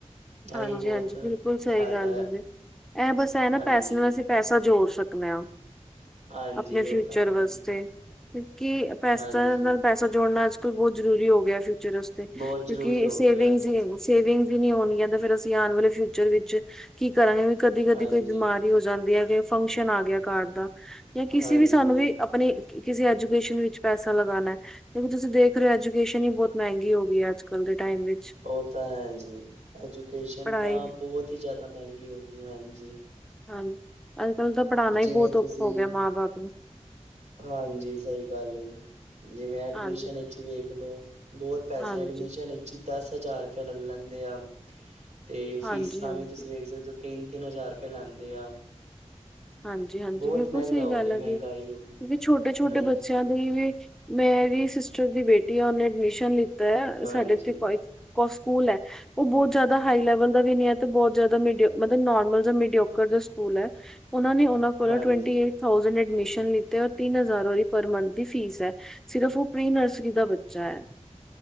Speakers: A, in the centre; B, on the right.
A: ਹਾਂਜੀ
B: ਇਹੀ ਬਹੁਤ
A: ਹਾਂਜੀ ਬਿਲਕੁਲ ਸਹੀ
B: ਫਾਇਦਾ
A: ਗੱਲ
B: ਆ
A: ਹੈ, ਜੇ ਇਹ ਬਸ ਇਹ ਨਾ
B: ਹਾਂਜੀ,
A: ਪੈਸੇ ਨੂੰ ਵੈਸੇ ਪੈਸਾ ਜੋੜ ਸਕਦੇ ਆ,
B: ਹਾਂਜੀ
A: ਆਪਣੇ ਫਿਊਚਰ
B: ਉਹ ਤਾਂ ਹੈ
A: ਵਾਸਤੇ।
B: ਜੀ।
A: ਕਿਉਂਕਿ ਪੈਸਾ
B: ਹਾਂਜੀ,
A: ਨਾਲ ਪੈਸਾ ਜੋੜਨਾ ਅੱਜ ਕੱਲ ਬਹੁਤ ਜਰੂਰੀ ਹੋ ਗਿਆ ਫਿਊਚਰ ਕਿਉਂਕਿ
B: ਬਹੁਤ ਜ਼ਰੂਰੀ ਹੋ
A: ਸੇਵਿੰਗਸ
B: ਗਿਆ ਅੱਜ
A: ਹੀ ਸੇਵਿੰਗ ਵੀ ਨੀ ਹੋਣਗੀਆਂ ਤੇ ਫੇਰ ਅਸੀਂ ਆਉਣ ਵਾਲੇ ਫਿਊਚਰ ਵਿੱਚ ਕੀ ਕਰਾਂਗੇ ਕਦੀ ਕਦੀ
B: ਹਾਂਜੀ,
A: ਕੋਈ ਬਿਮਾਰੀ ਹੋ ਜਾਂਦੀ ਹੈ। ਕਿ ਫੰਕਸ਼ਨ ਆ ਗਿਆ ਘਰ ਦਾ, ਜਾਂ ਕਿਸੇ
B: ਹਾਂਜੀ
A: ਵੀ ਸਾਨੂੰ ਵੀ ਆਪਣੀ ਕਿਸੇ ਐਜੂਕੇਸ਼ਨ ਵਿੱਚ ਪੈਸਾ ਲਗਾਉਣਾ। ਲੇਕਿਨ ਤੁਸੀਂ ਦੇਖ ਰਹੇ ਹੋ, ਐਜੂਕੇਸ਼ਨ ਹੀ ਬਹੁਤ ਮਹਿੰਗੀ ਹੋ ਗਈ ਹੈ, ਅੱਜ ਕੱਲ ਦੇ ਟਾਈਮ ਵਿੱਚ।
B: ਉਹ ਤਾਂ ਹੈ ਜੀ, ਐਜੂਕੇਸ਼ਨ
A: ਪੜ੍ਹਾਈ
B: ਤਾਂ ਬਹੁਤ ਹੀ ਜ਼ਿਆਦਾ ਮਹਿੰਗੀ ਹੋ ਗਈ। ਹਾਂਜੀ।
A: ਹਾਂਜੀ, ਅੱਜ ਕੱਲ ਤਾਂ ਪੜ੍ਹਾਉਣਾ ਹੀ
B: ਜਿਵੇਂ
A: ਬਹੁਤ
B: ਤੁਸੀਂ
A: ਔਖਾ ਹੋ ਗਿਆ, ਮਾਂ ਬਾਪ ਨੂੰ।
B: ਹਾਂਜੀ ਸਹੀ ਗੱਲ ਜੀ ਜਿਵੇਂ ਐਡਮਿਸ਼ਨ
A: ਹਾਂਜੀ,
B: ਇਥੇ ਵੇਖ ਲੋ ਬਹੁਤ ਪੈਸੇ
A: ਹਾਂਜੀ,
B: ਐਡਮਿਸ਼ਨ। ਦਸ ਹਜ਼ਾਰ ਰੁਪਇਆ ਲੈ ਲੈਂਦੇ ਆ, ਤੇ
A: ਹਾਂਜੀ,
B: ਫੀਸਾਂ
A: ਹਾਂਜੀ।
B: ਵੀ ਤੁਸੀਂ ਵੇਖ ਸਕਦੇ ਹੋ। ਤਿੰਨ ਤਿੰਨ ਹਜ਼ਾਰ ਰੁਪਏ ਲੈਂਦੇ ਆ।
A: ਹਾਂਜੀ, ਹਾਂਜੀ,
B: ਬਹੁਤ
A: ਬਿਲਕੁਲ
B: ਮਹਿੰਗਾ
A: ਸਹੀ
B: ਹੋ
A: ਗੱਲ
B: ਗਿਆ ਮਹਿੰਗਾਈ
A: ਹੈ, ਕਿ ਕਿਉਂਕਿ
B: ਹੋ ਗਈ ਆ
A: ਛੋਟੇ ਛੋਟੇ
B: ਹਾਂਜੀ।
A: ਬੱਚਿਆਂ ਦੇ। ਵੀ ਮੇਰੀ ਸਿਸਟਰ ਦੀ ਬੇਟੀ ਆ ਉਹਨੇ ਐਡਮਿਸ਼ਨ ਲਿੱਤਾ ਹੈ,
B: ਹਾਂਜੀ,
A: ਸਾਡੇ ਇਥੇ ਕੋ ਸਕੂਲ ਹੈ ਉਹ ਬਹੁਤ ਜਿਆਦਾ ਹਾਈ ਲੈਵਲ ਦਾ ਵੀ ਨਹੀਂ ਹੈ, ਤੇ ਬਹੁਤ ਜਿਆਦਾ ਮ ਮਤਲਬ ਨੋਮਲ ਜਿਹਾ ਮਡੀਓਕਰ ਸ ਸਕੂਲ ਹੈ ਉਹ ਨੇ ਉਨ੍ਹਾਂ ਕੋਲੋਂ
B: ਹਾਂਜੀ,
A: ਟੂਵੰਟੀ ਏਟ ਥਾਉਜੈਂਟ ਐਡਮਿਸਨ ਲੀਤੇ ਰ ਤਿੰਨ ਹਜ਼ਾਰ ਪਰ ਮੰਥ ਦੀ ਫੀਸ ਹੈ। ਸਿਰਫ਼ ਉਹ ਪ੍ਰੀ ਨਰਸਰੀ ਦਾ ਬੱਚਾ ਹੈ।